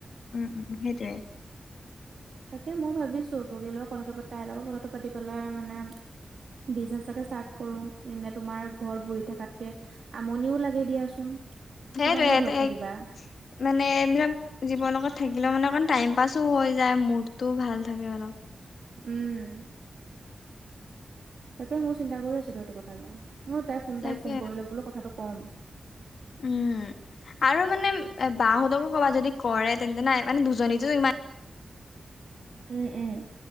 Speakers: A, on the left (about 80°); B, on the right (about 65°).
A: উম উম সেই টোৱাই
B: তাকে মই ভাবিছো তগ লগত কথাা তাইৰ লগত কথা কথা পাতি পেলাই মানে বিজনেচ এটাকে ইষ্টাত কৰো, এনেই তোমাৰ ঘৰত বহি থকাতকে আমনিও লাগে দিয়াচোন
A: সেইটোৱেই
B: কিমাননো ঘৰত
A: এ
B: থাকিবা
A: মানে এইবিলাক জীৱনৰ লগত থাকিলেও মানে অকণ টাইম পাছো হৈ যায়, মুডতটোও ভাল থাকে অলপ
B: উম। তাকে মোৰ চিন্তা কৰি আছিলো সেইটো কথাকে মই তাই ফোন
A: তাকে
B: তাই ফোন কৰিলেো বোলো কথাটো ক'ম।
A: উম। আৰু মানে বাহঁতকো ক'বাত যদি কৰে তেন্তে নাই মানে দুজনীতো ইমান
B: উম উম।